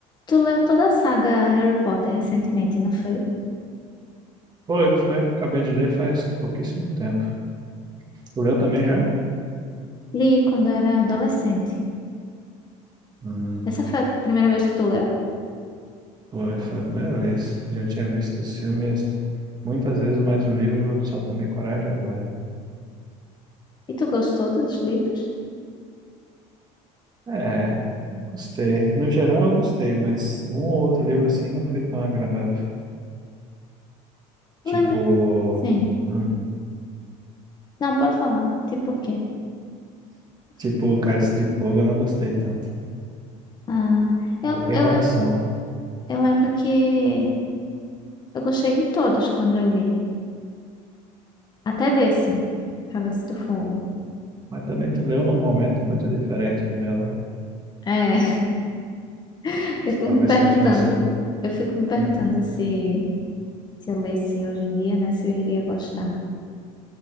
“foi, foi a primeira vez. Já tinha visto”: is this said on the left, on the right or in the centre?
Right